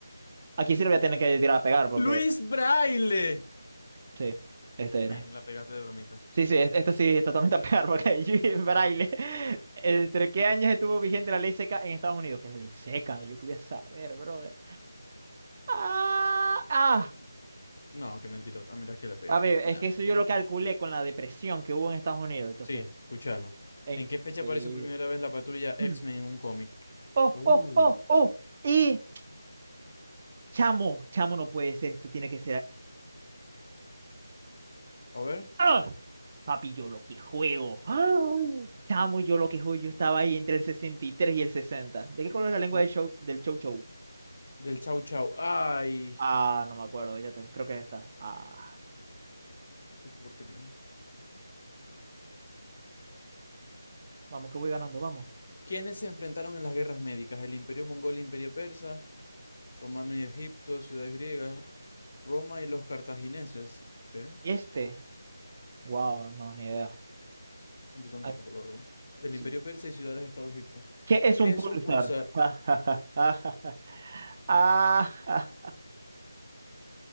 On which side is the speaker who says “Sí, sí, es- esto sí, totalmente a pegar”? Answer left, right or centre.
Right